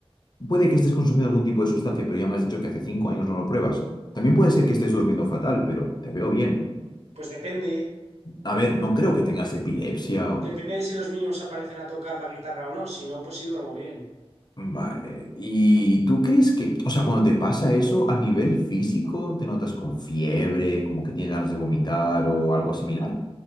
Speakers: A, on the left (about 45°); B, on the right (about 85°).
A: Puede que estés consumiendo algún tipo de sustancia, pero ya me has dicho que hace cinco años no lo pruebas. También puede ser que estés durmiendo fatal, pero te veo bien.
B: Pues depende.
A: A ver, no creo que tengas epilepsia. o-
B: Depende de si los minions aparecen a tocar la guitarra o no. Si no, pues sí duermo bien.
A: Vale. ¿Y tú crees que, o sea, cuando te pasa eso, a nivel físico, te notas con fiebre, como que tienes ganas de vomitar o algo similar?